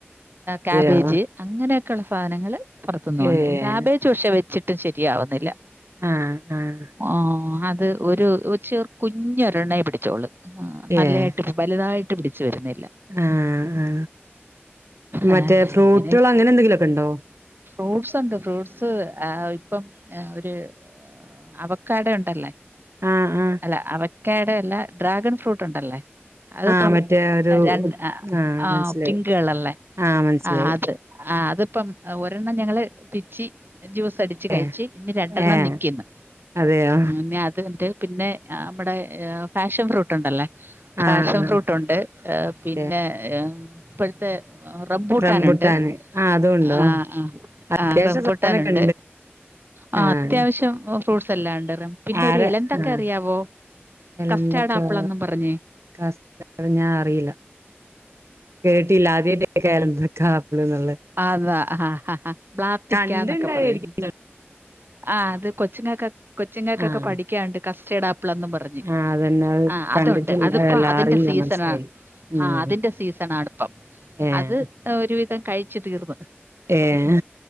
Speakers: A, on the right; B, on the right.
A: കാബേജ്
B: അതെയോ
A: അങ്ങനെയൊക്കെയുള്ള സാധനങ്ങൾ പുറത്തുന്ന് വാങ്ങിക്കും
B: ഏഹ്
A: കാബേജ് പക്ഷെ വെച്ചിട്ടും ശരിയാവുന്നില്ല
B: ആഹ് ആഹ്
A: ആ അത് ഒരു ചേർ കുഞ്ഞൊരെണ്ണയ പിടിച്ചോളൂ ആ നല്ലതായിട്ട്
B: ഏഹ്
A: വലുതായിട്ട് പിടിച്ചു വരുന്നില്ല
B: ആഹ് ആ മറ്റേ
A: ആ,
B: ഫ്രൂട്ടുകൾ
A: ഇങ്ങനെ
B: അങ്ങനെ എന്തെങ്കിലു ഒക്കെ ഉണ്ടോ
A: ഫ്രൂട്ട്സ് ഉണ്ട് ഫ്രൂട്ട്സ് ഇപ്പം ഒരു അവക്കാടഡെ ഉണ്ടല്ലേ
B: ആഹ് ആഹ്
A: അല്ല അവയ്ക്കാഡെ എല്ലാ ഡ്രാഗൺ ഫ്രൂട്ട് ഉണ്ടല്ലേ അതിപ്പം
B: ആഹ് മറ്റേ ഒരു
A: രണ്ട്
B: ആഹ്
A: ആ
B: മനസ്സിലായി
A: പിങ്കു കളർള്ള
B: ആഹ് മനസ്സിലായി
A: ആ അത് ആ അതിപ്പം ഒരെണ്ണം ഞങ്ങള് പിച്ചി ജ്യൂസ് അടിച്ച് കഴിച്ച്
B: ഏഹ്
A: ഇനി രണ്ടെണ്ണം
B: ഏഹ്
A: നക്കുന്നു
B: അതെയോ
A: പിന്നെ അത്ണ്ട് പിന്നെ നമ്മുടെ ഫാഷൻ ഫ്രൂട്ട് ഉണ്ടല്ലേ ഫാഷൻ
B: ആഹ് ആഹ്
A: ഫ്രൂട്ട് ഉണ്ട് ഏ പിന്നെ
B: ഏഹ്
A: ഏ ഇപ്പൊഴത്തെ റബ്ബൂട്ടാൻ
B: റംബുട്ടാന്
A: ഉണ്ട്
B: ആഹ് അതും ഉണ്ടോ
A: ആ ആ ആഹ്
B: അത്യാവശ്യം
A: റബ്ബൂട്ടൻ
B: സാധനൊക്കെ
A: ഉണ്ട് ആ
B: ആഹ്
A: അത്യാവശ്യം ഫ്രൂട്ട്സ് എല്ലാം ഉണ്ട് പിന്നെ
B: ആരാ
A: ഒരു ഇലന്ത
B: ആഹ്
A: ക്ക അറിയാവോ
B: എന്തൊക്കാ
A: കസ്റ്റാഡ് ആപ്പിൾ എന്നും പറഞ്ഞേ
B: കസ്റ്റ ഞാൻ അറിയില്ല കേട്ടില്ല ആദ്യ ആയിറ്റ കേൾക്ക <inaudible> എലന്തക്ക ആപ്പിൾ എന്നുള്ള
A: അതാ ആഹ് ഹ ഹ പ്രാർത്തിക്കന്നൊക്കെ
B: കണ്ടിണ്ടായിരിക്കും
A: പറയും ആഹ് അത് കൊച്ചുങ്ങക്ക് കൊച്ചുങ്ങൾക്കൊക്കെ
B: ആഹ്
A: പഠിക്കാനുണ്ട് കസ്റ്റേർഡ് ആപ്പിളന്നും പറഞ്ഞു
B: ആഹ് അതന്നെ അത്
A: ആഹ്
B: കണ്ടിട്ടുണ്ടായല്ല
A: അതുണ്ട് അതിപ്പോ അതിന്റെ
B: അറിയില്ല
A: സീസൺണ്
B: മനസ്സിലായില്ല ഉം
A: ആഹ് അതിന്റെ സീസൺാടപ്പം
B: ഏഹ്
A: അത് ഒരുവിധം കഴിച്ചു തീർന്നു
B: ഏഹ്